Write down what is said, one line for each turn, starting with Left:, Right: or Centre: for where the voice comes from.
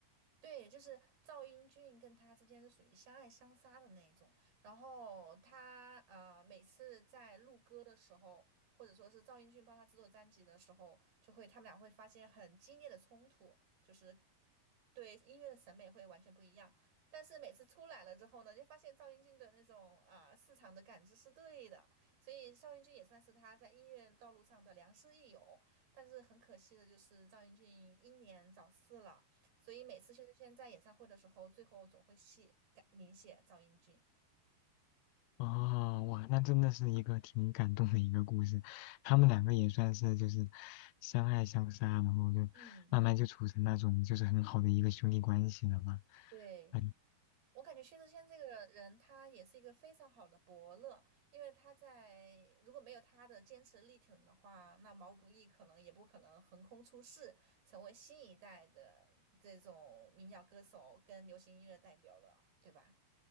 Right: 对，就是赵英俊跟他之间是属于相爱相杀的那一种。然后他呃，每次在录歌的时候，或者说是赵英俊帮他制作专辑的时候，就会他们俩会发现很激烈的冲突，就是对音乐的审美会完全不一样。但是每次出来了之后呢，就发现赵英俊的那种啊、市场的感知是对的，所以赵英俊也算是他在音乐道路上的良师益友。但是很可惜的就是赵英俊英年早逝了。所以每次薛之谦在演唱会的时候，最后总会写改明写赵英俊。
Left: 哦，哇，那真的是一个挺感动的一个故事。他们两个也算是就是相爱相杀，然后就慢慢就处成那种就是很好的一个兄弟关系了嘛。
Right: 嗯对，
Left: 哎，
Right: 我感觉薛之谦这个人，他也是一个非常好的伯乐，因为他在如果没有他的坚持力挺的话，那毛不易可能也不可能横空出世，成为新一代的这种民谣歌手跟流行音乐代表了，对吧？